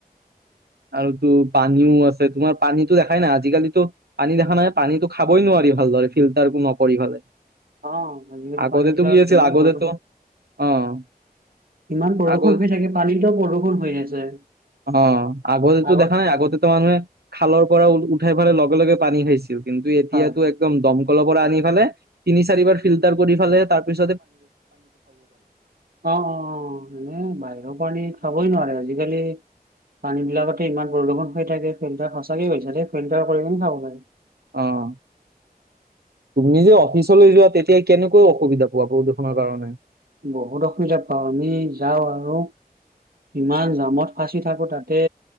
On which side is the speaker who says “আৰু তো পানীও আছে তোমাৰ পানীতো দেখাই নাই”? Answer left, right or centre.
Right